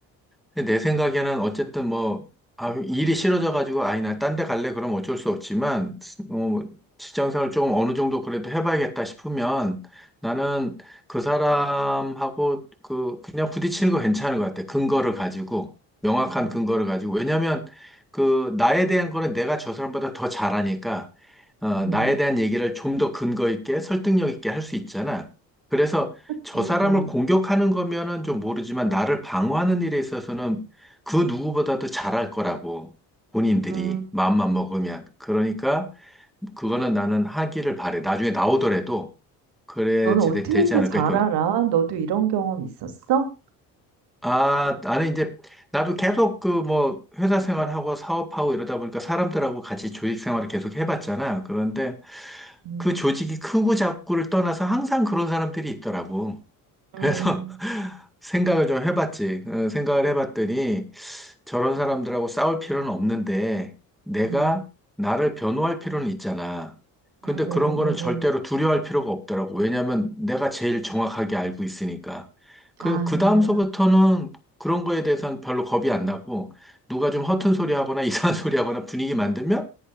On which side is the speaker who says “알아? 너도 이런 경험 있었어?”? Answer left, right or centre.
Right